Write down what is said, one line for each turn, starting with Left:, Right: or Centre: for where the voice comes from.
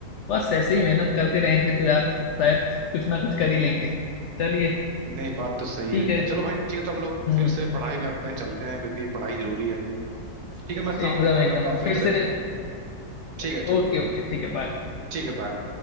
Left: बस ऐसे ही मेहनत करते रहेंगे तो यार शायद कुछ ना कुछ कर ही लेंगे चलिए
Right: नहीं बात तो सही
Left: ठीक
Right: है
Left: है
Right: चलो भाई ठीक है तो हम लोग
Left: हम्म
Right: फिर से पढ़ाई में अपने चलते हैं क्योंकि पढ़ाई जरूरी है ठीक है मैं
Left: एकदम
Right: शाम को फोन
Left: एकदम
Right: करता हूँ
Left: फिर
Right: फिर
Left: से
Right: से ठीक
Left: ओ-
Right: है ठीक
Left: ओके
Right: है
Left: ओके ठीक है बाय
Right: ठीक है बाय